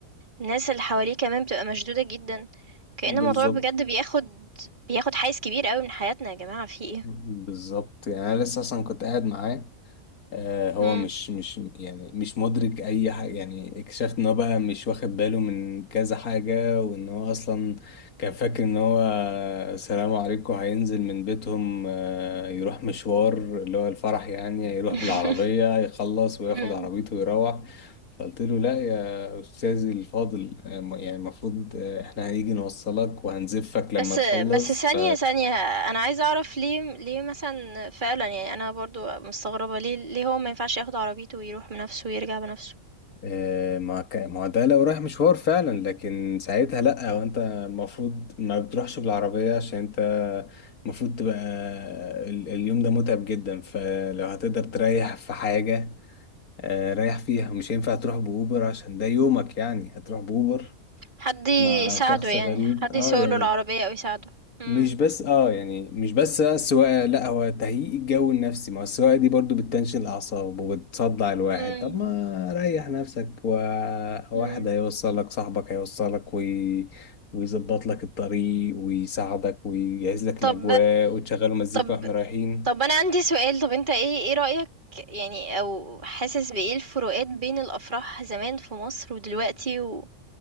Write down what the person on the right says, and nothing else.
الناس اللي حواليه كمان بتبقى مشدودة جدًا، كأن
الموضوع بجد بياخد بياخد حيّز كبير أوي من حياتنا يا جماعة في إيه؟
إمم.
إمم.
إمم.
<laughs>
بس
بس ثانية،
ثانية، أنا عايزة أعرف ليه ليه مثلًا فعلًا يعني أنا برضه مستغربة ليه ليه هو ما ينفعش ياخد عربيته ويروح بنفسه ويرجع بنفسه؟
حد
يساعده
يعني
حد
يسوق
له العربية او يساعده امم
مم.
مم.
طب
طب
طب انا عندي سؤال طب انت ايه ايه رأيك يعني او حاسس بايه الفروقات بين الافراح زمان في مصر ودلوقتي و...